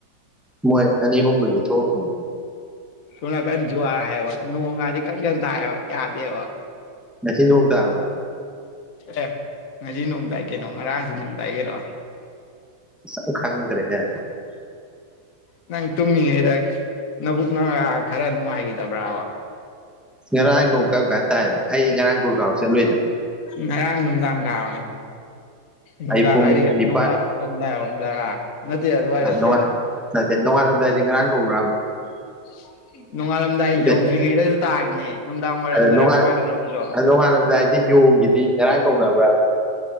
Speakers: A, in the centre; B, on the left.
A: ꯃꯣꯏ ꯑꯅꯤ ꯑꯍꯨꯝꯕꯨꯒꯤ ꯊꯣꯛꯈꯤꯝꯅꯦ
B: ꯁꯣꯝ ꯅꯥꯀꯟ ꯖ꯭ꯋꯥꯔ ꯍꯥꯌꯦꯕ ꯅꯣꯡꯒꯁꯤ ꯀꯟ ꯀꯟ ꯇꯥꯢꯌꯦꯕ ꯌꯥꯗꯦꯕ
A: ꯉꯁꯤ ꯅꯣꯡ ꯇꯥꯕ꯭ꯔꯣ
B: ꯑꯦ ꯉꯁꯤ ꯅꯣꯡꯇꯥꯏ ꯀꯩꯅꯣ ꯉꯔꯥꯡꯁꯨ ꯅꯣꯡꯇꯥꯏ ꯀꯩꯅꯣ
A: ꯑꯁ ꯈꯪꯗ꯭ꯔꯦꯅꯦ
B: ꯅꯪ ꯇꯨꯝꯃꯤꯉꯩꯗ ꯅꯕꯨꯛ ꯅꯔ ꯈꯔ ꯅꯨꯡꯉꯥꯏꯈꯤꯗꯕ꯭ꯔꯕ
A: ꯉꯔꯥꯡ ꯅꯣꯡ ꯀꯔꯝꯀꯥꯟ ꯇꯥꯏꯕ ꯑꯩ ꯉꯔꯥꯡ ꯒꯨꯔꯒꯥꯎ ꯆꯠꯂꯨꯏꯗ
B: ꯉꯔꯥꯡ ꯅꯨꯡꯗꯥꯡ ꯇꯥꯕꯅꯦ ꯅꯨꯝꯗꯥꯡ
A: ꯑꯩ ꯄꯨꯡ
B: ꯍꯥꯏꯗꯤ
A: ꯅꯤꯄꯥꯜ
B: ꯅꯣꯡꯉ ꯂꯝꯗꯥꯢ ꯑꯣꯢꯔꯝꯅꯤ ꯇꯔ ꯅꯇꯦ ꯑꯗꯨꯌꯥꯏꯗ ꯅꯇꯦꯗ
A: ꯅꯣꯡꯉꯥꯜ ꯅꯠꯇꯦ ꯅꯣꯉꯥꯂꯝꯗꯥꯢ ꯉꯔꯥꯡ ꯀꯧꯕ꯭ꯔꯕ
B: <unintelligible> ꯅꯣꯡꯉꯥꯜꯂꯝꯗꯥꯏ
A: ꯅꯠꯇꯦ
B: ꯌꯧꯗ꯭ꯔꯤꯉꯩꯗꯁꯨ ꯇꯥꯏꯅꯦ ꯅꯨꯡꯗꯥꯡ ꯋꯥꯏꯔꯝꯗꯔ
A: ꯑꯗ ꯅꯣꯡꯉꯥꯜ
B: ꯀꯋꯥꯏꯗꯅꯣ ꯑꯝꯁꯨ
A: ꯅꯣꯡꯉꯥꯜꯂꯝꯗꯥꯏꯁꯦ ꯌꯣꯡꯒꯤꯗꯤ ꯉꯔꯥꯡ ꯀꯧꯅꯕ꯭ꯔꯕ